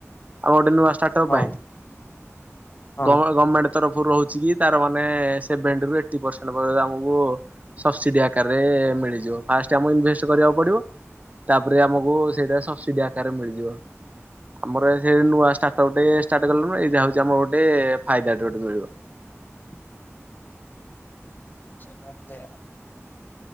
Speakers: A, on the right; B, on the left.
A: ଆଉ ଗୋଟେ ନୂଆ ଷ୍ଟାର୍ଟ ଅପ୍
B: ହଁ
A: ପାଇଁ
B: ହଁ। ଆଚ୍ଛା
A: କଣ ଗମେଣ୍ଟ୍ ତରଫରୁ ରହୁଛି କି ତାର ମାନେ ସେଭେନ୍ଟି ରୁ ଏଇଟି ପ୍ରସେଣ୍ଟ୍ ଆମକୁ ସବସିଡି଼ ଆକାରରେ ମିଳିଯିବ ଫାଷ୍ଟ୍ ଆମକୁ ଇନଭେଷ୍ଟ୍ କରିବାକୁ ପଡ଼ିବ। ତାପରେ ଆମକୁ ସେଇଟା ସବସିଡି଼ ଆକାରରେ ମିଳିଯିବ। ଆମର <unintelligible> ନୂଆା ଷ୍ଟାର୍ଟଅପ ଟେ ଷ୍ଟାର୍ଟ କଲୁଣୁ ଏଇଟା ହଉଛି ଆମର ଗୋଟେ ଫାଇଦା ଟେ ଗୋଟେ ମିଳିବ।
B: <inaudible> <unintelligible> ଚାରିଜଣ